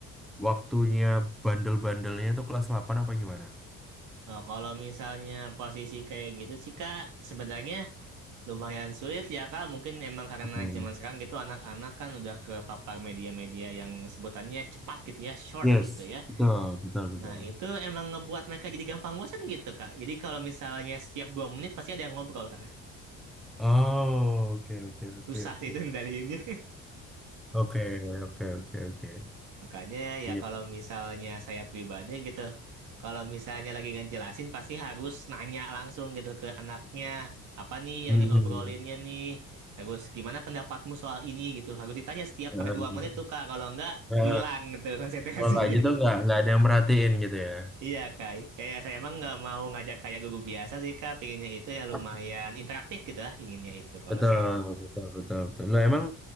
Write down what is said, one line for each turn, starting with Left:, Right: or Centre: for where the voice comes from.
Centre: waktunya bandel-bandelnya itu kelas 8 apa gimana?
Right: Oh, kalau misalnya posisi kayak gitu sih kak sebenarnya lumayan sulit ya kak mungkin emang karena
Centre: Oke.
Right: zaman sekarang gitu anak-anak kan udah ke papar media-media yang sebutannya cepat gitu ya short
Centre: Yes,
Right: gitu ya
Centre: betul, betul, betul.
Right: Nah, itu emang ngebuat mereka jadi gampang bosan gitu, Kak. Jadi kalau misalnya setiap dua menit pasti ada yang ngobrol, Kak.
Centre: Oh, oke oke oke
Right: Susah sih
Centre: oke.
Right: itu ngendaliinnya.
Centre: Oke, oke oke oke.
Right: <laughs> Makanya ya
Centre: Iya.
Right: kalau misalnya saya pribadi gitu, kalau misalnya lagi ngejelasin pasti harus nanya langsung gitu ke anaknya, apa nih
Centre: Hmm.
Right: yang diobrolinnya nih, terus gimana pendapatmu soal ini gitu. Harus ditanya setiap
Centre: Ya,
Right: per dua menit
Centre: ya.
Right: tuh, Kak. Kalau enggak,
Centre: Ya.
Right: hilang tuh konsentrasi.
Centre: Kalau nggak gitu nggak
Right: <laughs>
Centre: nggak ada yang merhatiin gitu ya.
Right: Iya kak, kayak saya emang nggak mau ngajak kayak guru biasa sih kak, pinginnya itu ya lumayan
Centre: Oh.
Right: interaktif gitu lah inginnya itu kalau
Centre: Betul,
Right: saya.
Centre: betul, betul, betul. Loh, emang